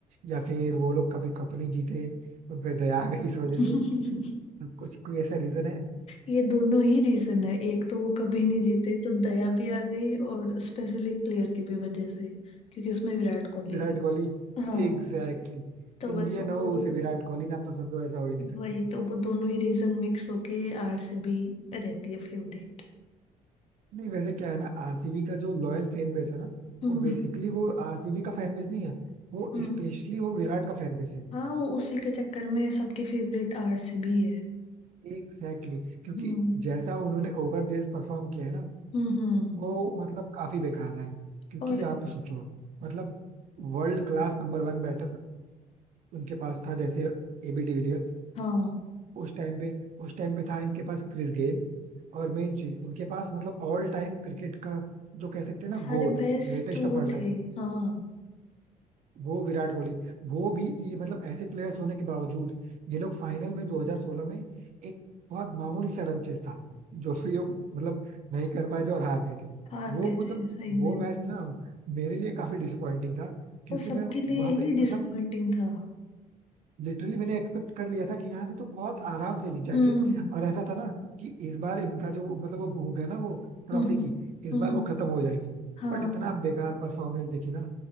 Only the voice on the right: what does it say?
या फिर वो लोग कभी कप नहीं जीते उन पे दया आ गई इस वजह
से मतलब कुछ कोई ऐसा रीजन है
Virat Kohli
Exactly exactly.
Indian
हो उसे विराट कोहली ना पसंद हो ऐसा हो ही नहीं सकता
नहीं वैसे क्या है ना आरसीबी का जो लॉयल फैन बेस है ना
वो बेसिकली वो आरसीबी का फैन बेस नहीं है वो
स्पेशली वो विराट का फैन बेस है
Exactly exactly. क्योंकि
जैसा उन्होंने ओवर परफॉर्म किया है ना
वो मतलब काफी बेकार है क्योंकि
आप सोचो मतलब world class number one batter उनके पास था जैसे एबी डिविलियर्स
उस टाइम पे उस टाइम पे था इनके पास क्रिस गेल और मेन चीज इनके पास मतलब ऑल टाइम क्रिकेट का जो कह सकते हैं ना
GOAT
greatest
of all time
वो विराट कोहली वो भी ये मतलब ऐसे प्लेयर्स होने के बावजूद ये लोग फाइनल में 2016 में एक बहुत मामूली सा रन चेस था जो कि ये मतलब नहीं कर पाए थे और हार गए थे
वो
मतलब
वो
मैच ना मेरे लिए काफी डिसअपॉइंटिंग था क्योंकि
मैं
वहां पे
मतलब
लिटरली मैंने एक्सपेक्ट कर लिया था कि यहाँ से तो बहुत आराम से जीत जाएंगे
और ऐसा था ना कि इस बार इनका जो मतलब वो भूख है ना वो ट्रॉफी
की इस
बार वो खत्म हो जाएगी
बट इतना बेकार परफॉर्मेंस देखी ना